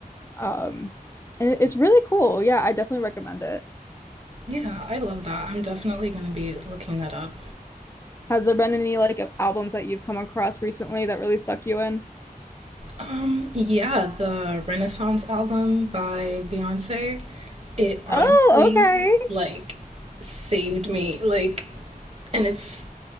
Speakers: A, on the left; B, on the right.
A: Um, and it- it's really cool. Yeah, I definitely recommend it.
B: Yeah, I love that. I'm definitely gonna be looking that up.
A: Has there been any like albums that you've come across recently that really suck you in?
B: Um, yeah, the Renaissance album by Beyonce, it honestly
A: Oh, okay.
B: like saved me. Like, and it's